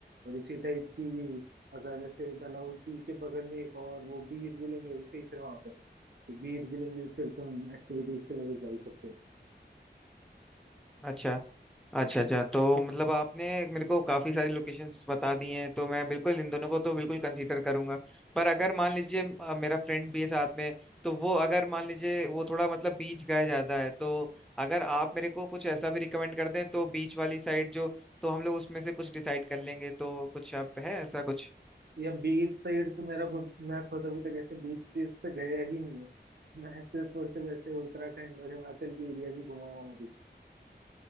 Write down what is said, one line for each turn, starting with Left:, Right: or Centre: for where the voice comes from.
Right: और इसी टाइप की अगर ऐसे डलहौजी के बगल में एक और वो बीर बिलिंग है इसे ही फिर वहाँ पे तो बीर बिलिंग भी फिर तुम एक्टिविटीज के लिए जा ही सकते हो
Centre: अच्छा अच्छा अच्छा तो मतलब आपने मेरे को काफी सारी लोकेशंस बता दी हैं तो मैं बिल्कुल इन दोनों को तो बिल्कुल कंसीडर करूंगा पर अगर मान लीजिए अ, मेरा फ्रेंड भी है साथ में तो वो अगर मान लीजिए वो थोड़ा मतलब बीच गए ज्यादा है तो अगर आप मेरे को कुछ ऐसा भी रिकमेंड कर दें तो बीच वाली साइड जो तो हम लोग उसमें से कुछ डिसाइड कर लेंगे तो कुछ आप है ऐसा कुछ
Right: या बीच साइड तो मेरा खुद मैं खुद अभी तक ऐसे बीच चीज पे गया ही नहीं है मैं सिर्फ और सिर्फ ऐसे उत्तराखंड और हिमाचल की एरिया ही घुमा हुआ हूँ अभी तक